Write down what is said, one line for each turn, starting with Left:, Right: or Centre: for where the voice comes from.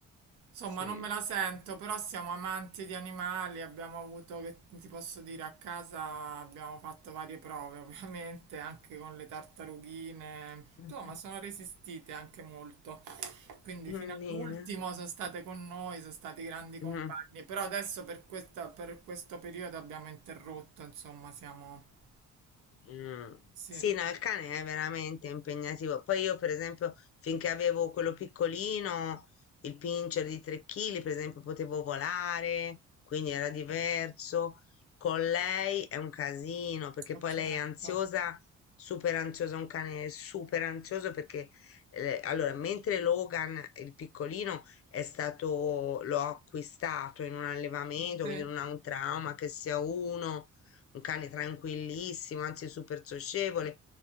Right: Insomma,
Left: sì.
Right: non me la sento, però siamo amanti di animali, abbiamo avuto, che ti posso dire, a casa abbiamo fatto varie prove, <laughs> ovviamente, anche con le tartarughine.
Left: <laughs>
Right: Insomma, sono resistite anche molto. Quindi
Left: Allina.
Right: fino all'ultimo sono state con noi, sono stati grandi compagni,
Left: Mm.
Right: però adesso per questa- per questo periodo abbiamo interrotto, insomma, siamo...
Left: Mm.
Right: Sì.
Left: Sì, no, il cane è veramente impegnativo. Poi io, per esempio, finché avevo quello piccolino, il pincher di 3 kg, per esempio, potevo volare, quindi era diverso. Con lei è un casino, perché
Right: Ma
Left: poi
Right: certo,
Left: lei è ansiosa, super ansiosa, un cane super ansioso perché eh, allora, mentre Logan, il piccolino, è stato, l'ho acquistato in un allevamento,
Right: sì,
Left: quindi non ha un trauma che sia uno un cane tranquillissimo, anzi super socievole.